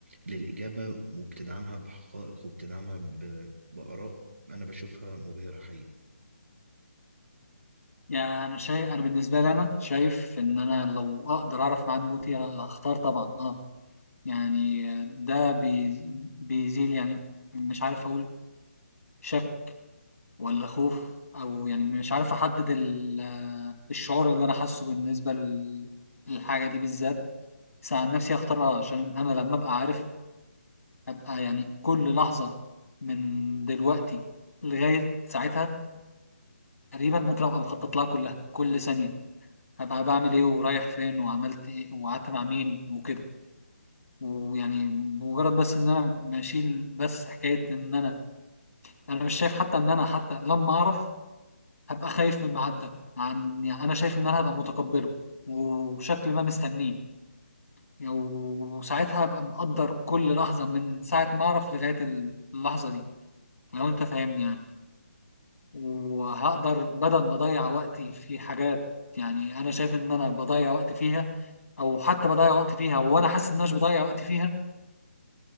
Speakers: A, on the right; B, on the left.
A: للإجابة وبتدعمها بحقائق وبتدعمها ب- بآراء أنا بشوفها مبهرة حقيقي
B: يعني انا شايف انا بالنسبه لي انا شايف ان انا لو اقدر اعرف ميعاد موتي هختار طبعا اه يعني ده بي بيزيل يعني مش عارف اقول شك ولا خوف او يعني مش عارف احدد ال- الشعور اللي انا حاسه بالنسبه لل- للحاجه دي بالذات بس عن نفسي اختار اه عشان انا لما ابقى عارف ابقى يعني كل لحظه من دلوقتي لغايه ساعتها تقريبا ممكن ابقى مخطط لها كلها كل ثانيه هبقى بعمل ايه ورايح فين وعملت ايه وقعدت مع مين وكده ويعني بمجرد بس ان انا بشيل بس حكايه ان انا انا مش شايف حتى ان انا حتى لما اعرف هبقى خايف من الميعاد ده عن يعني انا شايف ان انا هبقى متقبله وشكل ما مستنيه يعني وساعتها هبقى مقدر كل لحظه من ساعه ما اعرف لغايه اللحظه دي لو انت فاهمني يعني وهقدر بدل ما اضيع وقتي في حاجات يعني انا شايف ان انا بضيع وقت فيها او حتى بضيع وقت فيها وانا حاسس ان انا مش بضيع وقت فيها